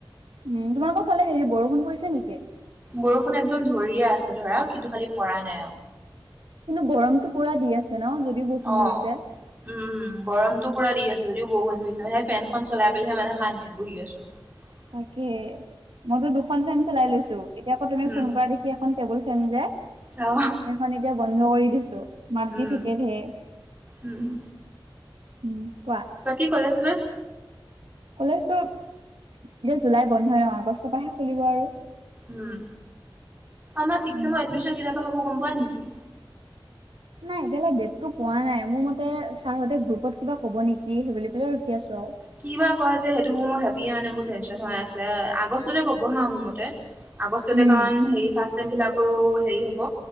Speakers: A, on the right; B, on the right.
A: উম, তোমাৰোকৰ ফালে হেৰি বৰষুণ কৈছে নেকি?
B: বৰষুণ একদম ধৰিয়ে আছে ধৰা কিন্তু খালি পৰা নাই আৰু।
A: কিন্তু গৰমতটো পুৰা দি আছে ন। যদিও বৰষুণ
B: অ'।
A: ধৰিছে
B: উম, উম, গৰমতো পুৰা দি আছে যদিও বৰুন্ধু হৈছে মে সেই ফেন চলাই পেলাইহে মানে শান্তিত বহি আছো। <unintelligible>
A: তাকে মইতো দুখন ফেন চলাই লৈছো এতিয়া আকৌ তুমি
B: উম,
A: ফোন কৰা দেখি আ এখন টেবুল ফেন যে
B: অ'
A: সেইখন এতিয়া বন্ধ কৰি দিছো মাত
B: উম,
A: দি থাকে ধেৰ।
B: উম।
A: উম, কোৱা।
B: বাকী কলেজ কলেজ।
A: কলেজটো এতিয়া জুলাই বন্ধ হয় অ, আগষ্টৰ পৰাহে খুলিব আৰু।
B: উম, আমাৰ চিক্স
A: উম
B: চেমৰ এডমিশন কেইাৰ পৰা হ'ব গম পোৱা নেকি।
A: নাই এতিয়াললে ডেটটো কোৱা নাই মোৰ মতে ছাৰ সতে গ্ৰুপত কিবা ক'ব নেকি সেই বো ফালে, উঠি আছো আৰু।
B: কি বা কয় যে সেইটো হেপিয়ে মানে মোৰ টেনচন হৈ আছে আগষ্টতে ক'ব হা মোৰ মতে। আগষ্টতে
A: উম
B: কাৰ ফ্চ চেমভিলাকৰো হেৰি হ'ব